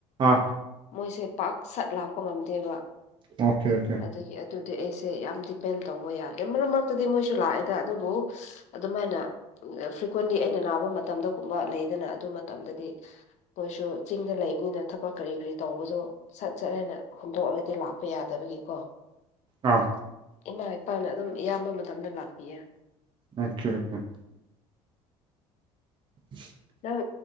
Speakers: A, on the right (about 35°); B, on the left (about 60°).
A: ꯑꯥ
B: ꯃꯣꯏꯁꯦ ꯄꯥꯛ ꯁꯠ ꯂꯥꯛꯄ ꯉꯝꯗꯦꯕ
A: ꯑꯣꯀꯦ ꯑꯣꯀꯦ
B: ꯑꯗꯒꯤ ꯑꯗꯨꯗꯤ ꯑꯩꯁꯦ ꯌꯥꯝ ꯗꯤꯄꯦꯟ ꯇꯧꯕ ꯌꯥꯗꯦ ꯃꯔꯛ ꯃꯔꯛꯇꯗꯤ ꯃꯣꯏꯁꯨ ꯂꯥꯛꯑꯦꯗ ꯑꯗꯨꯕꯨ ꯑꯗꯨꯃꯥꯏꯅ ꯐ꯭ꯔꯤꯀ꯭ꯋꯦꯟꯂꯤ ꯑꯩꯅ ꯅꯥꯕ ꯃꯇꯝꯗꯒꯨꯝꯕ ꯂꯩꯗꯅ ꯑꯗꯨ ꯃꯇꯝꯗꯗꯤ ꯃꯣꯏꯁꯨ ꯆꯤꯡꯗ ꯂꯩꯕꯅꯤꯅ ꯊꯕꯛ ꯀꯔꯤ ꯀꯔꯤ ꯇꯧꯕꯗꯣ ꯁꯠ ꯁꯠ ꯍꯥꯏꯅ ꯍꯨꯟꯗꯣꯛꯑꯒꯗꯤ ꯂꯥꯛꯄ ꯌꯥꯗꯕꯒꯤꯀꯣ
A: ꯑꯥ
B: ꯏꯃꯥ ꯏꯄꯥꯅ ꯑꯗꯨꯝ ꯑꯌꯥꯝꯕ ꯃꯇꯝꯗ ꯂꯥꯛꯄꯤꯌꯦ
A: ꯑꯆꯥ ꯑꯆꯥ <unintelligible>
B: ꯅꯪ